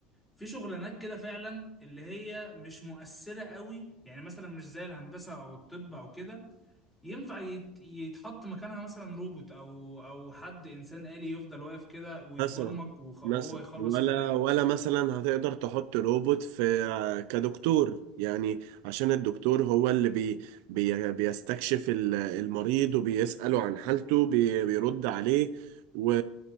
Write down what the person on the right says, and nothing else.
مثلا
مثلا
ولا
ولا مثلا هتقدر تحط روبوت في آه، كدكتور يعني عشان الدكتور هو اللي بي بي بيستكشف ال- المريض وبيسأله عن حالته بي بيرد عليه و